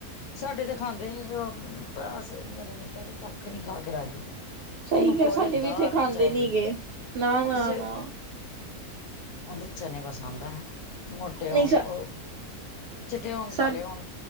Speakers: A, on the left; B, on the right.
A: ਸਾਡੇ ਤੇ ਖਾਂਦੇ ਨੀ ਉਹ ਮੇਰਾ ਨਿੱਕਾ ਤੇ ਕੱਖ ਨੀ ਖਾ ਕੇ ਰਾਜੀ।
B: ਸਹੀ
A: ਉਹਨੂੰ
B: ਕਿਹਾ
A: ਕੋਈ
B: ਸਾਡੇ ਵੀ
A: ਦਾਲ
B: ਇੱਥੇ ਖਾਂਦੇ
A: ਨੀ ਚਾਹੀਦੀ।
B: ਗੇ। ਨਾ-ਨਾ-ਨਾ
A: ਉਸੇ ਉਹਨੂੰ ਚਨੇ ਪਸੰਦ ਆ। ਮੋਟੇ ਹੋਣ
B: ਨਹੀਂ ਸਾ
A: ਉਹ ਚਿੱਠੇ ਹੋਣ ਕਾਲੇ
B: ਸਾ
A: ਹੋਣ।